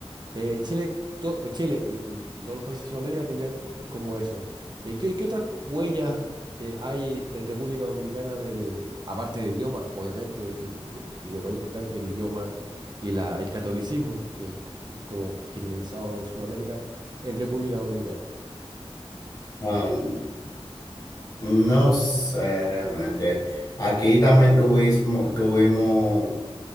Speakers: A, on the right (about 45°); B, on the left (about 35°).
A: eh, Chile, to- Chile y, y- y todos los países de Sudamérica tendrían co- como eso. Eh, ¿qué, qué otras huellas eh, hay en República Dominicana del, aparte del idioma, obviamente, del- de, lo más importante, el idioma y la, el catolicismo, que, que es como generalizado en Sudamérica, en República Dominicana?
B: Um, no sé realmente. Aquí también tuvimos, tuvimos